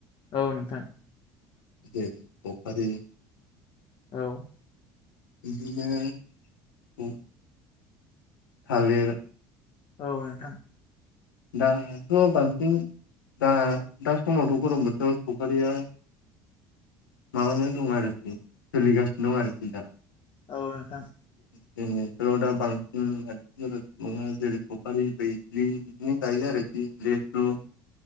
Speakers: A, on the left; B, on the left.
A: औ नोंथां
B: <unintelligible>
A: औ
B: इदिनो थालिर
A: औ नोंथां
B: दाथ बांसिन दा दा समावथ गरम बोथोराव सावफारिया माबानानै दं आरोखि सोलिगासिनो दं आरोखि दा
A: औ नोंथां
B: जोंनि ओनसोलाव दा बांसिन मानसिफोरा सुबुङा जेरै सफारि बै बिनि गाय आरोख लेु